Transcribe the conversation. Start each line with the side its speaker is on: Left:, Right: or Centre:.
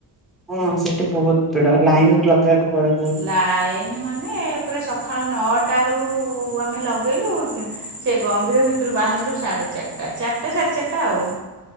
Centre: ହଁ ସେଠି ବହୁତ ଭିଡ ଲାଇନ ଲ ବାକୁ ପଡେ ବହୁତ୍ -
Right: ଲାଇନ ମାନେ ପୁରା ସକାଳ ନଅଟାରୁ ଆମେ ଲଗେଇଲୁ - ସେ ଗମ୍ଭୀର ଭିତୁରୁ ବାହାରିଲୁ ସାଢେ ଚାରିଟା, ଚାରିଟା ସାଢେ ଚାରିଟା ଆଉ।